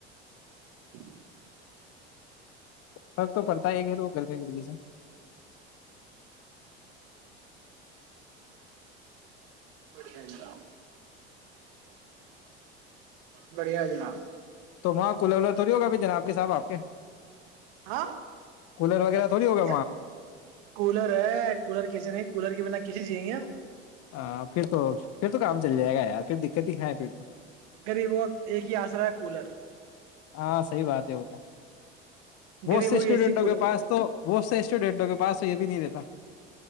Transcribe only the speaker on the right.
ج
بڑیا جناب بڑھیا جناب
ہاں
کیا کولر ہے کولر کیسے نہیں کولر کے بنا کسیے چیئیں گے ہم
ریب وہ ایک ہی آسرا ہے کولر
غریبوں
کی اے سی کولر
ہے.